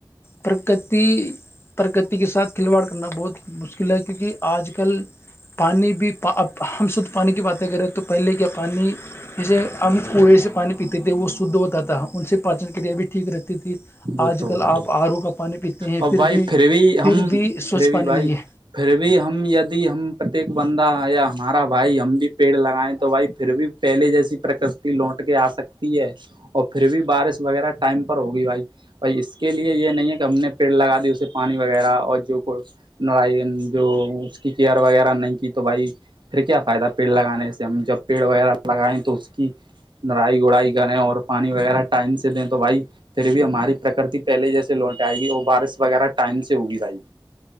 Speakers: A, on the left; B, on the right.
A: پرکتی پرکتی کے ساتھ کھلواڑ کرنا بہت مشکل ہے کیونکہ آج کل پانی بھی اب ہم شدھ پانی کی باتیں کریں تو پہلے کیا پانی جسے ہم کنویں سے پانی پیتے تھے وہ شدھ ہوتا تھا ان سے پاچن کریا بھی ٹھیک رہتی تھی
B: وہ
A: آج
B: تو
A: کل
B: ہے
A: آپ
B: بھائی
A: آرو کا پانی پیتے ہیں
B: اور
A: پھر
B: بھائی
A: بھی
B: ہم
A: پھر بھی سوچھ
B: پھر بھی
A: پانی
B: بھائی
A: نہیں ہے
B: پھر بھی ہم دی ہم پرتیک بندہ یا ہمارا بھائی ہم بھی پیڑ لگائےیں تو بھائی پھر بھی پہلے جیسی پرکتی لوٹ کے آ سکتی ہے اور پھر بھی بارش وغیرہ ٹائم پر ہوگی بھائی بھائی اس کے لیے یہ نہیں ہے کہ ہم نے پیڑ لگا دی اسے پانی وغیرہ اور جو نارائن جو اس کی کیئر وغیرہ نہیں کی تو بھائی پھر کیا فائد ہے پیڑ لگانے سے ہم جب پیڑ وغیرہ لگائیں تو اس کی لڑائی گڑائی کریں اور پانی وغیرہ ٹائم سے دیں تو بھائی پھر بھی ہماری پرکرتی پہلے جیسے لوٹ آئے گی اور بارش وغیرہ ٹائم سے ہوگی بھائی